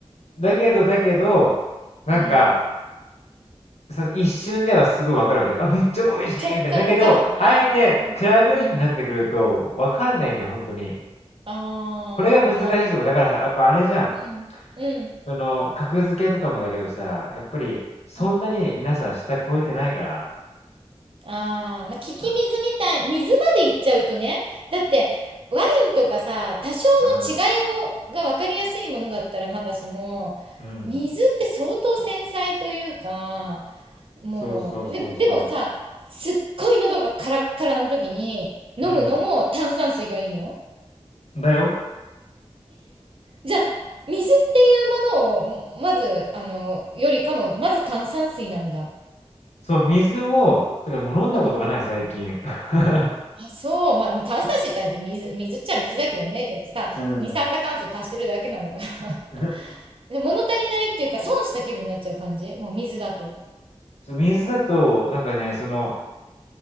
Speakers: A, on the left (about 75°); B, on the right (about 55°).
A: だけど、だけど、なんか、
B: うん。
A: その一瞬ではすごいわかるわけで、あ、めっちゃ美味しいみたいな。
B: 直感か。
A: だけど、
B: ああ、
A: あえて比べるってなってくると、
B: うん。うん。
A: わかんないんだよ、本当に。
B: ああ、
A: これが難しいとこ、
B: まあ、そう。
A: だからさ、やっぱあれじゃん。
B: うん。うん。
A: その、格付けとかもだけどさ、やっぱり、そんなに皆さん下超えてないから。
B: うん。ああ、まあ、聞き水み
A: うん、
B: たい、水まで行っちゃうとね。だって、ワインとかさ、多少の違いを、
A: うん、
B: が分かりやすいものだったらまだしも、
A: うん。
B: 水って相当繊細というか、もう、
A: そうそうそうそ
B: でも、でもさ、すっごい喉がカラッカラな時に、飲むのも炭酸水がいいの
A: う。うん。だよ。
B: じゃあ、水っていうものを、まず、あの、よりかも、まず炭酸水なんだ。
A: そう、水を、だからもう飲んだことがない、
B: うん。
A: 最近。<laughs>
B: あ、そう、まあ、炭酸水ってだって水、水っちゃ水だけどね、でもさ、
A: うん。
B: 二酸化炭素足してるだけなんだから。
A: <laughs>
B: <laughs> で、物足りないっていうか、損した気分になっちゃう感じもう水だと。
A: そう、水だと、なんかね、その、